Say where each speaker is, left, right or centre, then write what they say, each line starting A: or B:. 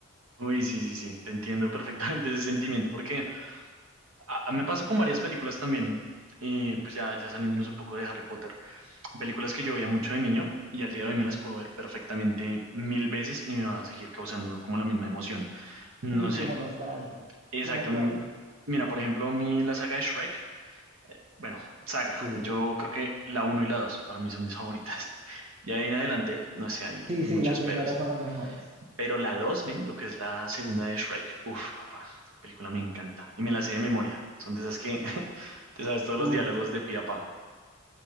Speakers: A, on the right; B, on the right.
A: Uy, sí, sí, sí, te entiendo perfectamente ese sentimiento, porque a- a- me pasa con varias películas también, y pues ya, ya saliéndonos un poco de Harry Potter, películas que yo veía mucho de niño y al día de hoy me las puedo ver perfectamente mil veces y me va a seguir causando como la misma emoción. No
B: Sí,
A: sé,
B: como nostalgia.
A: exacto.
B: ¿Como cuál?
A: m- Mira, por ejemplo, mi, la saga de Shrek, bueno, saga,
B: Sí.
A: yo creo que la uno y la 2 para mí son mis favoritas. <laughs> Ya de ahí en adelante, no sé, hay,
B: Sí,
A: hay
B: sí,
A: muchos
B: las primeras
A: peros.
B: son las mejores.
A: Pero la 2, men, lo que es la segunda de Shrek. Uf, papá, esa película me encanta. Y me la sé de memoria. Son de esas que <laughs> te sabes todos
B: Uf.
A: los diálogos de pi a pa.